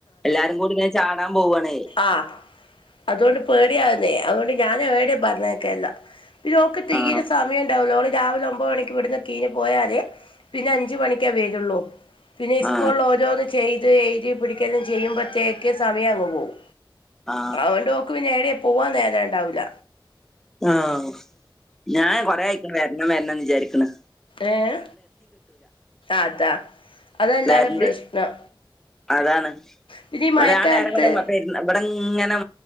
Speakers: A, in the centre; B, on the left.
A: എല്ലാരും കൂടി ഇങ്ങനെ ചാടാൻ പോവ്വാണേ
B: ആഹ് അതുകൊണ്ട് പേടിയാക്ന്നേ അത് ഞാൻ ഏടേം പറഞ്ഞയക്കല്ല പിന്നെ ഓക്ക് തീരെ
A: ആ
B: സമയണ്ടാവൂല ഓള് രാവിലെ ഒമ്പത് മണിക്ക് ഇവിടെന്ന് കീഞ്ഞ് പോയാല് പിന്നെ അഞ്ച് മണിക്കാ വെരാെള്ളൂ പിന്നെ ഇസ്കൂൾ
A: ആ
B: ഓരോന്ന് ചെയ്ത് എയ്തി പിടിക്കല്ല ചെയ്യുമ്പത്തേക്ക് സമയം അങ്ങ് പോവും
A: ആ
B: അതോണ്ട് ഓക്ക് പിന്നെ ഏടേം പൂവാൻ നേരണ്ടാവൂല്ല
A: ആഹ് ഞാന് കൊറേ ആയിക്ക്ണ്‌ വരണം വരണംന്ന് വിചാരിക്ക്ണ്
B: ഏഹ് അതാ അതെല്ലാരെം
A: വരണ്ട്
B: പ്രശ്നം
A: അതാണ്
B: പിന്നെ ഈ
A: ഇവിടെ
B: മഴക്കാലത്ത്
A: ആ നേരം കൊണ്ട് പെര് ബടെ ഇങ്ങനെ